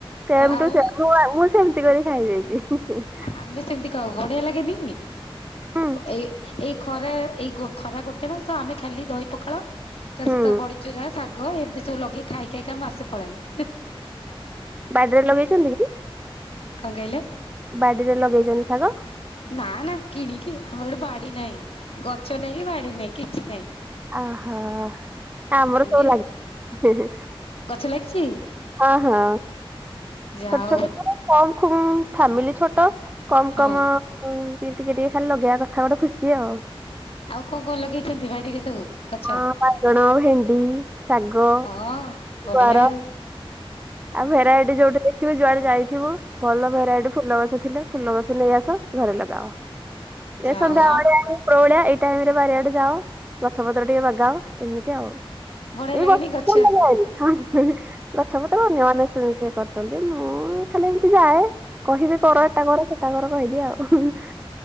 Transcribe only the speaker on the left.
ଆଉ
ଆମେ ସେମିତି ଖାଉ ବଢ଼ିଆ ଲାଗେନି
ଏଇ ଏଇ ଖରା ଏଇ ଗୋ ଖରା ଗୋଟେ ମାସ ଆମେ ଖାଲି ଦହି ପଖାଳ ତା
ସହିତ ବଡ଼ି ଚୁରା ଶାଗ ଏମିତି ସବୁ ଲଗେଇ ଖାଇ ଖାଇକା ମାସେ ପଳେଇଲା।
କଣ କହିଲେ?
ନାଁ ନାଁ କିଣିକି ଆମର ଗୋଟେ ବଡ଼ି ନାହିଁ ଗଛ ନାଇଁ କି ବଡ଼ି ନାହିଁ କିଛି ନାହିଁ।
ଇଏ
ଗଛ ଲାଗିଛି?
ଯାଉ
ହଁ।
ଆଉ କଣ କଣ ଲଗେଇଛନ୍ତି ବାଡ଼ି ରେ ସବୁ? ଗଛ?
ହଁ ବଢିଆ
ଆଉ
ଯା
ହଉ ଆ
ବଢିଆ
ଲାଗେନି ଗଛ?
ହଁ